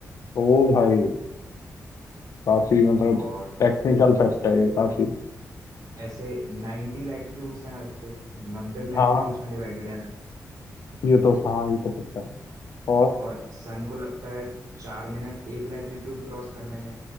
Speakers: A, on the left (about 55°); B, on the right (about 65°).
A: ओ भाई काफी मतलब
B: और
A: टेक्निकल फैक्ट है ये काफी
B: ऐसे 90 लैटिट्यूड्स हैं अर्थ पे नब्बे लैटिट्यूड्स
A: हाँ
B: में डिवाइडेड है अर्थ
A: ये तो हाँ ये तो पता है और
B: और सन को लगता है चार मिनट एक लैटिट्यूड क्रॉस करने में